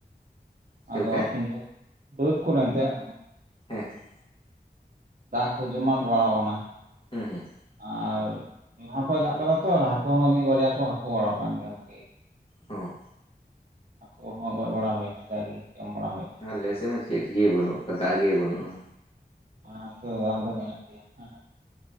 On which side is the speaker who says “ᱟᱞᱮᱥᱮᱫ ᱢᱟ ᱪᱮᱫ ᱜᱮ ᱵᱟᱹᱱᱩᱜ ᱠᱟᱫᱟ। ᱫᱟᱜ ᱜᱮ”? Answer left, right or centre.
Left